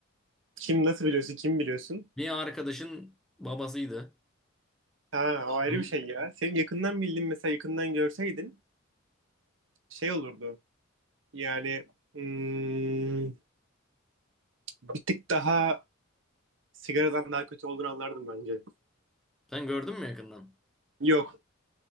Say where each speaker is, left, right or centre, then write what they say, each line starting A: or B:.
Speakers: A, on the right; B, in the centre.
A: kim nasıl biliyorsun, kim biliyorsun?
B: Bir arkadaşın babasıydı.
A: Ha o ayrı
B: Gün-
A: bir şey ya. Senin yakından bildiğin mesela yakından görseydin şey olurdu. Yani hmm, bir tık daha sigaradan daha kötü olduğunu anlardım bence.
B: Sen gördün mü yakından?
A: Yok.